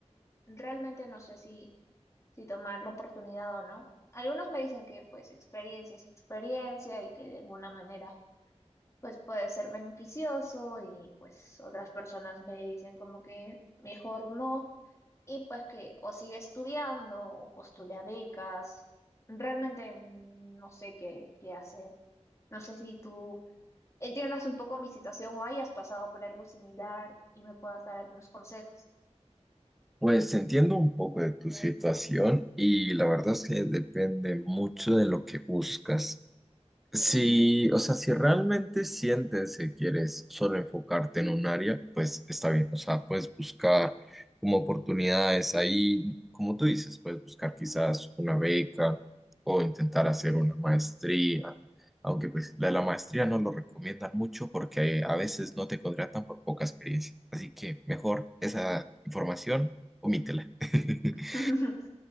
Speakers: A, on the left; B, in the centre.
A: Realmente no sé si, si tomar la oportunidad o no. Algunos me dicen que pues experiencia es experiencia y que de alguna manera pues puede ser beneficioso y pues otras personas me dicen como que mejor no y pues que o sigue estudiando o postula becas. Realmente no sé qué, qué hacer. No sé si tú entiendas un poco mi situación o hayas pasado por algo similar y me puedas dar algunos consejos.
B: Pues entiendo un poco de tu situación y la verdad es que depende mucho de lo que buscas. Si, o sea, si realmente sientes que quieres solo enfocarte en un área, pues está bien. O sea, puedes buscar como oportunidades ahí, como tú dices, puedes buscar quizás una beca o intentar hacer una maestría, aunque pues la de la maestría no lo recomiendan mucho porque a veces no te contratan por poca experiencia. Así que mejor esa información, omítela. <laughs>
A: <laughs>